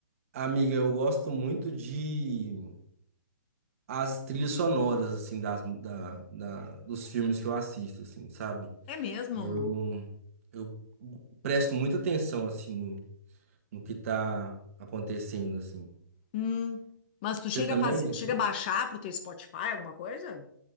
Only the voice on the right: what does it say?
amiga, eu gosto muito de as trilhas sonoras, assim, das, da, da- dos filmes que eu assisto, assim, sabe?
Eu,
eu presto muita atenção, assim, no, no que tá acontecendo, assim.
Você
também,
assim?